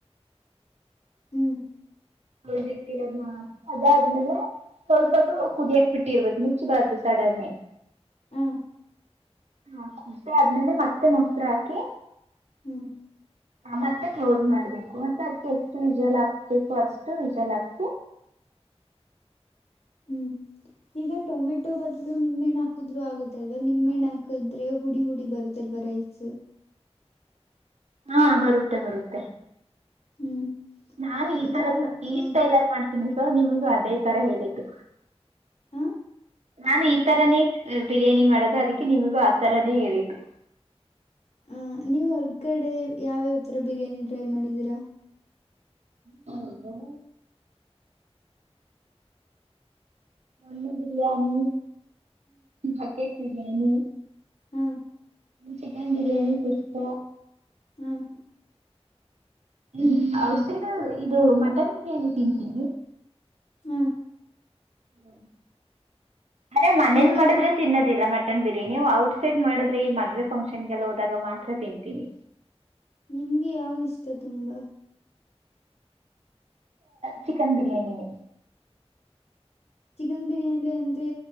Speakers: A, on the left; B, on the right.
A: ಹ್ಮ್
B: ಹಿಿಟ್ಟಿರೋದಿ ಅದಾದ್ಮೇಲೆ ಸ್ವಲ್ಪದು ಕುದಿಯಕ್ ಬಿಟ್ಟಿರ್ಬೇಕು ಮುಚ್ಚಬಾರ್ದು ಸಡನ್ನೆ
A: ಹ
B: ಹಾ ುದ್ದೆ ಆದ್ಮೇಲೆ ಮತ್ತೆ ಮೊಸರು ಹಾಕಿ
A: ಹ್ಮ್
B: ಹ ಮತ್ತೆ ಕ್ಲೋಸ್ ಮಾಡ್ಬೇಕು ಮತ್ತೆ ಅದ್ಕ್ಕೆ ಎಷ್ಟು ವಿಜಲ್ ಹಾಕ್ಬೇಕು ಅಷ್ಟು ವಿಜಲ್ ಹಾಕ್
A: ಹ್ಮ್ ಈಗ ಟೊಮೆಟೊ ಬದ್ಲು ನಿಮ್ೆಣ್ಣ ಹಾಕುದ್ರು ಆಗುತ್ತೆಲ್ವಾ ನಿಮ್ಣ್ಣ ಹಾಕಿದ್ರೆ ಹುಡಿ ಹುಡಿ ಬರುತ್ತಲ್ವ ರೈಸ್
B: ಹಾ ಬರುತ್ತೆ ಬರುತ್ತೆ
A: ಹ್ಮ್
B: ನಾನ್ ಈ
A: ಈಗ
B: ತರ ಈ
A: ಅಹ್
B: ಸ್ಟೈಲ ಅಲ್ಲಿ ಮಾಡ್ತೀನಿ ಸ ನಿಮಗೂ ಅದೇ ತರ ಹೇಳಿದ್ದು
A: ಆ
B: ನಾನ ಈ ತರನೇ ಬಿರಿಯಾನಿ ಮಾಡದು ಅದಕ್ಕೆ ನಿಮಗೂ ಆ ತರನೇ ಹೇಳಿದ್ದು
A: ಹ ನೀವು ಹೊರ್ಗಡೆ ಯಾವ್ಯಾವಥರ ಬಿರಿಯಾನಿ ಟ್ರೈ ಮಾಡಿದೀರಾ
B: ಹ್ಮ ಮ್ಣ ಬಿರಿಯಾನಿ ಹಾಗಕೆ ಬರಿಯಾನ
A: ಹ್ಮ್
B: ಚಿಕನ್ ಬಿರಿಯಾನಿ ಕುಷ್ಪ
A: ಹ್ಮ್
B: ಹ್ಮ ಔಟ್ ಸೈಡ್ ಇದು ಮಟನ್ ಬಿರಿಯಾನಿ ತಿಂತೀನಿ
A: ಹ್ಮ್
B: ಹ್ಮ ಅರೆ ಮನೇನ್
A: ನಿಮ್ಗ
B: ಮಾಡಿದ್ರೆ ತಿನ್ನದ ಿಲ್ಲ ಮಟನ್ ಬಿರಿಯಾನಿ ಔಟ್ ಸೈಡ್ ಮಾಡಿದ್ರೆ ಈ ಮದ್ವೆ ಫಂಕ್ಷನ್ಗೆಲ್ಲ ಹೋದಾಗ ಮಾತ್ರ ತಿಂತೀನಿ
A: ನಿಮ್ಗೆ ಯಾವ್ದ ಇಷ್ಟ ತುಂಬಾ
B: ಚಿಕನ್ ಬಿರಿಯಾನಿನ
A: ಚಿಕನ್ ಬಿರಿಯಾನಿ ಅಂದ್ರೆ